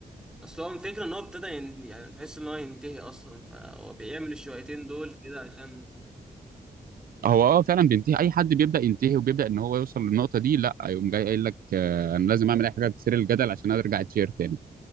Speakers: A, in the centre; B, on the right.
A: اصل هو الفكرة ان هو ابتدى ين- يعني تحس ان هو ينتهي اصلا فهو بيعمل الشويتين دول كده عشان
B: هو اه فعلا بينتهي اي حد بيبدا ينتهي وبيبدا ان هو يوصل للنقطه دي لا يقوم جاي قايل لك آه، انا لازم اعمل اي حاجه تثير الجدل عشان ارجع اتشير تاني